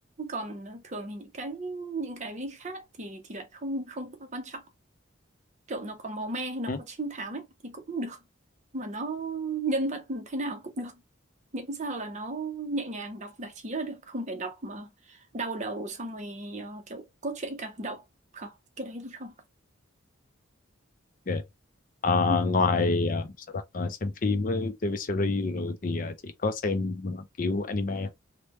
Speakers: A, on the right; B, on the left.
A: còn ờ, thường thì những cái những cái khác thì thì lại không không quá quan trọng kiểu nó có máu me hay nó
B: Ừ.
A: có trinh thám ấy thì cũng được mà nó nhân vật thế nào cũng được miễn sao là nó nhẹ nhàng đọc giải trí là được không phải đọc mà đau đầu xong rồi ờ, kiểu cốt truyện cảm động không cái đấy thì không
B: Ok. Ờ,
A: Ừ.
B: ngoài ờ, sao ta? Ờ, xem phim với TV series rồi thì ờ, chị có xem ờ, kiểu anime